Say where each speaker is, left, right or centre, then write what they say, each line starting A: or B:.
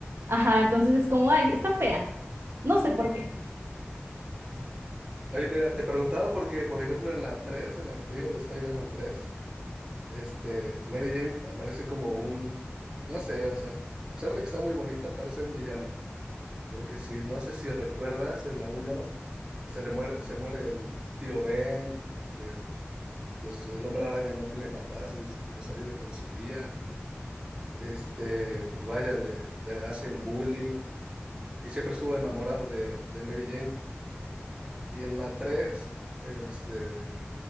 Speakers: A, on the right; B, on the right.
A: Ajá, entonces es como, ay, está fea. No sé por qué.
B: Oye, mira, te preguntaba porque, por ejemplo, en la 3, en la que te digo de Spider-Man 3, este, Mary Jane aparece como un, no sé, o sea, a pesar de que está muy bonita, parece un villano. Porque si, no sé si recuerdas, en la uno se le muere, se muere el tío Ben, este, pues el hombre araña no tiene papás, es- pues ahí vive con su tía, este, pues vaya, le, le hacen bullying y siempre estuvo enamorado de, de Mary Jane. Y en la 3 este,